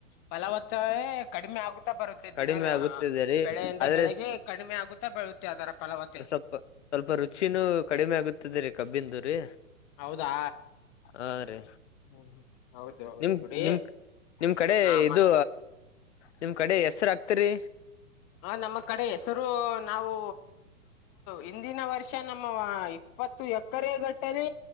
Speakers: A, on the left; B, on the left.
A: ಫಲವತ್ತವೇ ಕಡಿಮೆ ಆಗುತ್ತಾ ಬರುತ್ತೆ
B: ಕಡಿಮೆ
A: ದಿನದ
B: ಆಗುತ್ತಿದೆ ರೀ
A: ಬೆಳೆಯಿಂದ
B: ಆದ್ರೆ
A: ಬೆಳಿಗ್ ಕಡಿಮೆ ಆಗುತ್ತಾ ಬೆಳುತ್ತೆ ಅದರ ಫಲವತೆ.
B: ಸ್ವಲ್ಪ ಸ್ವಲ್ಪ ರುಚಿನೂ ಕಡಿಮೆ ಆಗುತ್ತೆ ರೀ ಕಬ್ಬಿಂದು ರೀ.
A: ಹೌದಾ.
B: ಹಾ ರೀ.
A: ಹ್ಮ್ ಹೌದು ಹೌದು
B: ನಿಮ
A: ಬಿಡಿ
B: ನಿಮ ನಿಮ್ ಕಡೆ
A: ಹಾ
B: ಇದು
A: ಮತ್ತೆ
B: ನಿಮ್ ಕಡೆ ಹೆಸ್ರು ಆಗ್ತರೀ.
A: ಹ ನಮ್ಮ ಕಡೆ ಹೆಸರು ನಾವು ಹಿಂದಿನ ವರ್ಷ ನಮ್ಮ ವ ಇಪ್ಪತ್ತು ಎಕರೆಗಟ್ಟಲೆ